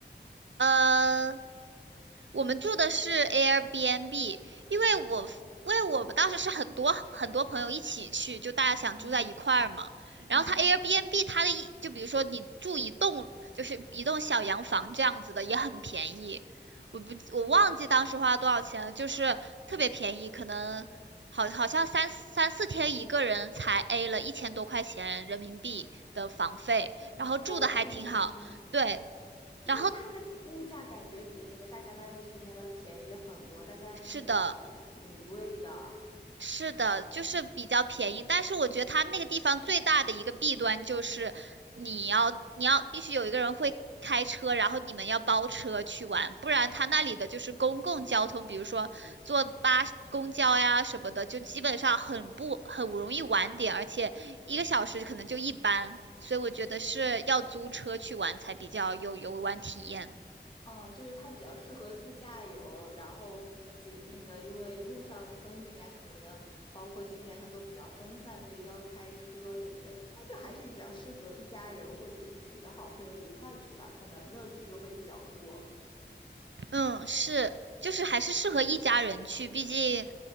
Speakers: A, on the right; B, on the left.
A: 呃，我们住的是 Airbnb，因为我 f- 因为我们当时是很多很多朋友一起去，就大家想住在一块儿嘛。
B: 嗯
A: 然后它
B: 嗯，
A: Airbnb 它的一就比如说你住一栋就是一栋小洋房这样子的也很便宜，我不我忘记当时花了多少钱了，
B: 哎，
A: 就是特别便宜，可能好好像三四三四天一个人才 A 了一千多块钱人民币的房费，然后住的还挺好，
B: 这么便宜吗？
A: 对，
B: 因为它的物价感觉比那个大加那利群岛要便宜很多，
A: 然后
B: 大加那利群岛其实挺贵的。
A: 是的。是的，就是比较便宜，但是我觉得它那个地方最大的一个弊端就是你要你要必须有一个人会开车，然后你们要包车去玩，不然它那里的就是公共交通，比如说坐八公交呀什么的，就基本上很不很容易晚点，而且一个小时可能就一班，所以我觉得是要租车去玩才比较有游玩体验的
B: 嗯，就是它比较适合自驾游，然后景那个因为路上的风景啊什么的，包括景点它都比较分散，所以要开车，对不对？那就还是比较适合一家人或者是几个好朋友一块去吧，可能乐趣就会比较多。
A: 嗯，是，就是还是适合一家人去，毕竟